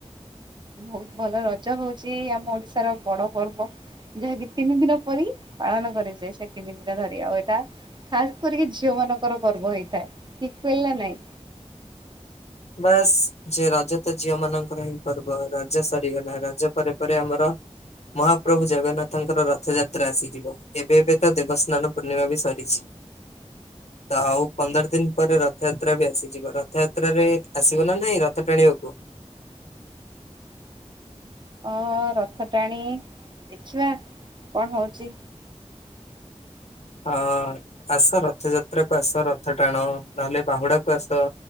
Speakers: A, on the right; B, on the left.
A: ବହୁତ ଭଲ ରଜ ହଉଛି ଆମ ଓଡିଶାର ବଡ ପର୍ବ। ଯାହାକି ତିନି ଦିନ ପରି ପାଳନ କରିଯାଏ ସେ ତିନି ଦିନ ଧରି ଆଉ ଏଟା ଖାସ୍ କରିକି ଝିଅ ମାନଙ୍କର ପର୍ବ ହେଇଥାଏ ଠିକ କହିଲା ନାଇଁ?
B: ବାସ୍ ସେ ରଜ ତ ଝିଅ ମାନଙ୍କର ହିଁ ପର୍ବ ରଜ ସରିଗଲା ରଜ ପରେ ପରେ ଆମର ମହାପ୍ରଭୁ ଜଗନ୍ନାଥଙ୍କର ରଥଯାତ୍ରା ଆସିଯିବ ଏବେ ଏବେ ତ ଦେବସ୍ନାନ ପୂର୍ଣ୍ଣିମା ବି ସରିଛି। ତ ଆଉ ପନ୍ଦର ଦିନି ପରେ ରଥଯାତ୍ରା ବି ଆସିଯିବ ରଥଯାତ୍ରାରେ ଆସିବ ନା ନାଇଁ ରଥ ଟାଣିବାକୁ।
A: ହଁ ରଥ ଟାଣି ଦେଖିବା କଣ ହଉଛି?
B: ହଁ ଆସ ରଥଯାତ୍ରା କୁ ଆସ ରଥ ଟାଣ ନହେଲେ ବାହୁଡା କୁ ଆସ।